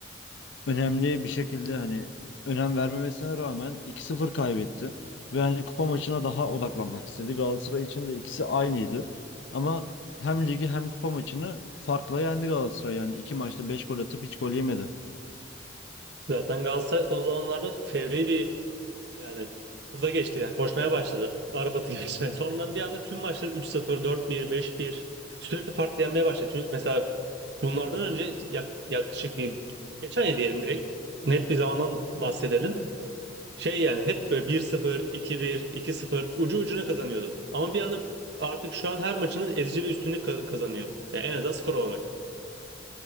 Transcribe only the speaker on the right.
Zaten Galatasaray son zamanlarda fevri bir Yani hıza geçti yani koşmaya başladı. Arap atı gibi. <laughs> Yani sonradan bir anda tüm maçları üç sıfır dört bir beş bir sürekli farklı yenmeye başladı. Çünkü mesela bunlardan önce yak- yaklaşık bir geçen ya diyelim direkt net bir zamandan bahsedelim. Şey yani hep böyle 1-0, 2-1, 2-0 ucu ucuna kazanıyordu. Ama bir anda artık şu an her maçının ezici bir üstünlük kaz- kazanıyor. Yani en azından skor olarak.